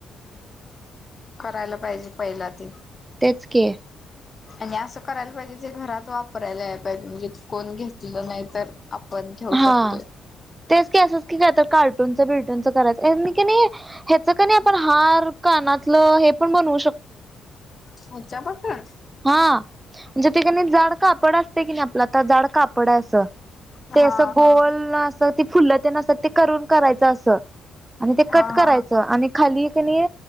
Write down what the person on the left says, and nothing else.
करायला पाहिजे पहिला ते.
आणि असं करायला पाहिजे जे घरात वापरायला या पाहिजे म्हणजे कोण घेतलं नाही तर आपण घेऊ
शकतोय.
ह्याच्यापासून?
हा
हा
हा.